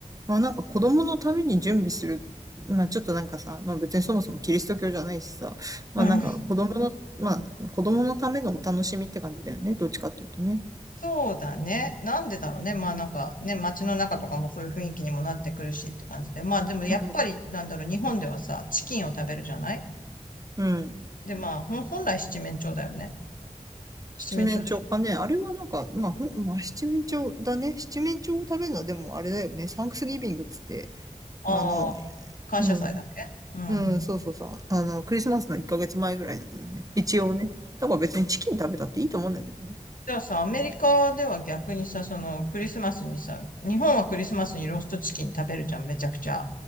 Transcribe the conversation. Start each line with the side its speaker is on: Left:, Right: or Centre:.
Right: まあなんか子供のために準備する。まあちょっとなんかさ、まあ別にそもそもキリスト教じゃないしさ、まあなんか子供の、
Left: うん
Right: まあ子供のためのお楽しみって感じだよね。どっちかっていうとね。
Left: そうだね。なんでだろうね。まあなんかね、街の中とかもそういう雰囲気にもなってくるしって感じで。まあでもやっぱりなんだろう、
Right: うん
Left: 日本ではさ、チキンを食べるじゃない
Right: うん。
Left: で、まあほん本来七面鳥だよね。七面鳥でしょ
Right: 七面鳥かね。あれはなんか、まあ、ふまあ、七面鳥だね。七面鳥を食べるのはでもあれだよね。サンクスギビングっつって、
Left: ああー、
Right: あの、
Left: 感謝祭だっけうん。
Right: うん。うん、そうそうそう。あの、クリスマスの1ヶ月前ぐらいだけどね。一応ね。だから別にチキン食べたっていいと思うんだけどね。
Left: じゃあさ、アメリカでは逆にさ、そのクリスマスにさ、日本はクリスマスにローストチキン食べるじゃん、めちゃくちゃ。